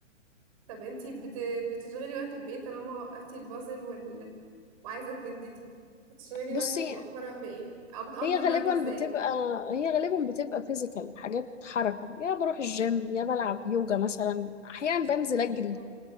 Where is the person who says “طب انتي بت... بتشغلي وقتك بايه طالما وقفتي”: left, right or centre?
Right